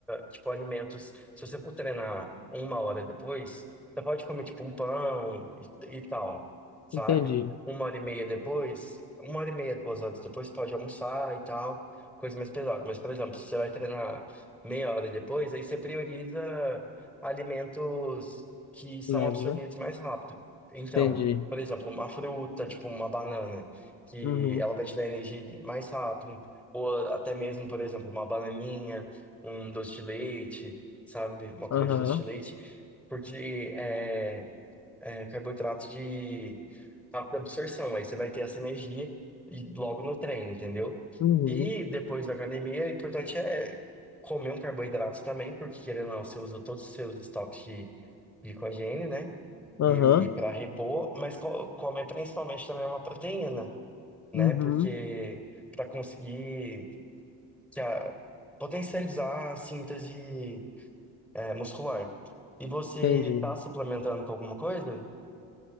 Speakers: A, in the centre; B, on the left.
A: tipo alimentos. Se você for treinar uma hora depois, você pode comer tipo um pão e, e tal, sabe?
B: entendi.
A: Uma hora e meia depois, uma hora e meia, duas horas depois, você pode almoçar e tal, coisa mais pesada. Mas, por exemplo, se você vai treinar meia hora depois, aí você prioriza alimentos que são
B: Leve,
A: absorvidos
B: né?
A: mais rápido. Então,
B: Entendi.
A: por exemplo, uma fruta, tipo uma banana, que
B: Uhum.
A: ela vai te dar energia de- mais rápido, ou até mesmo, por exemplo, uma bananinha, um doce de leite, sabe? Uma colher
B: Aham,
A: de doce de leite, porque eh, é, carboidrato de rápida absorção. Aí você vai ter essa energia e- logo no treino, entendeu?
B: uhum,
A: E depois da academia, o importante é comer um carboidrato também, porque querendo ou não, você usa todos os seus estoques de glicogênio, né?
B: aham,
A: E para repor, mas co- comer principalmente também uma proteína, né?
B: uhum,
A: Porque para conseguir que a- potencializar a síntese é, muscular. E você
B: entendi.
A: tá suplementando com alguma coisa?